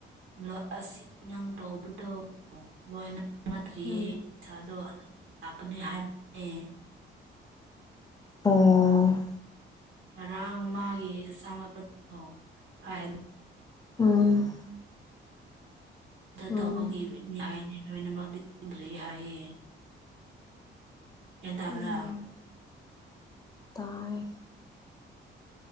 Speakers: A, on the right; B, on the left.
A: ꯂꯣ ꯑꯁꯤ ꯅꯪ ꯇꯧꯕꯗꯣ ꯂꯣꯏꯅ ꯅꯠꯇ꯭ꯔꯤꯌꯦ
B: ꯎꯝ
A: ꯄꯩꯁꯥꯗꯣ ꯑꯗꯨꯝ ꯂꯥꯛꯀꯅꯤ ꯍꯥꯏꯕꯅꯦ
B: ꯑꯣ
A: ꯉꯔꯥꯡ ꯃꯥꯒꯤ ꯆꯪ ꯂꯛꯄꯗꯣ ꯐꯥꯏꯚ ꯍꯟꯗ
B: ꯎꯝ꯫
A: ꯑꯗꯣ
B: ꯎꯝ
A: ꯇꯧꯕꯒꯤꯅꯤ ꯍꯥꯏꯅꯤ ꯂꯣꯏꯅꯃꯛꯗꯤ <unintelligible> ꯍꯥꯏꯌꯦ ꯒ꯭ꯌꯥꯟ ꯇꯥꯕ꯭ꯔꯥ
B: ꯎꯝ ꯇꯥꯏ